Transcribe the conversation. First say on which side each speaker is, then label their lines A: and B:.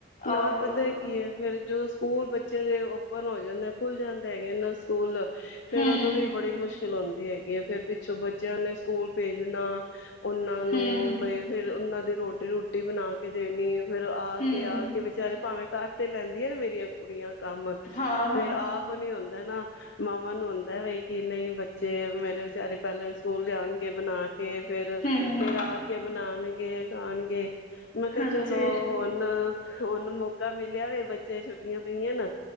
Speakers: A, on the left; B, on the left.
A: ਨਾਲ
B: ਆਹੋ
A: ਪਤਾ ਕੀ ਹੈ ਫਿਰ ਜੋ ਸਕੂਲ ਬੱਚੇ ਦੇ ਓਪਨ ਹੋ ਜਾਂਦੇ ਖੁੱਲ ਜਾਂਦੇ ਹੈਗੇ ਇਹਨਾਂ ਸਕੂਲ, ਫੇਰ
B: ਹਮ
A: ਉਦੋਂ ਵੀ ਬੜੀ ਮੁਸ਼ਕਿਲ ਹੁੰਦੀ ਹੈਗੀ ਹੈ ਫੇਰ ਪਿੱਛੋਂ ਬੱਚਿਆਂ ਨੇ ਸਕੂਲ ਭੇਜਣਾ ਉਹਨਾਂ ਨੂੰ
B: ਹਮ
A: ਬਈ ਫਿਰ ਉਹਨਾਂ ਦੀ ਰੋਟੀ-ਰੂਟੀ ਬਣਾ ਕੇ ਦੇਣੀ ਫਿਰ ਆ
B: ਹਮ
A: ਕੇ ਆ ਕੇ ਬੇਚਾਰੇ ਭਾਵੇਂ ਘਰ ਤੇ ਲੈਂਦੀਆਂ ਨਾ ਮੇਰੀਆਂ ਕੁੜੀਆਂ ਕੰਮ,
B: ਹਾਂ ਹਾਂ
A: ਫੇਰ ਆਪ ਨੀ ਹੁੰਦਾ ਨਾ। ਮਾਵਾਂ ਨੂੰ ਹੁੰਦਾ ਵਈ ਕੀ ਨਹੀਂ ਬੱਚੇ ਮੇਰੇ ਵਿਚਾਰੇ ਪਹਿਲਾਂ ਸਕੂਲ ਜਾਣਗੇ ਬਣਾ ਕੇ ਫੇਰ,
B: ਹਮ
A: ਫੇਰ ਆ ਕੇ ਬਣਾਣ ਗੇ ਖਾਣਗੇ। ਮੈਂ ਕਿਹਾ
B: ਹਾਂਜੀ
A: ਚਲੋ ਹੁਣ, ਹੁਣ ਮੌਕਾ ਮਿਲਿਆ ਵੇ ਬੱਚੇ ਛੁੱਟੀਆਂ ਪਈਆਂ ਨਾ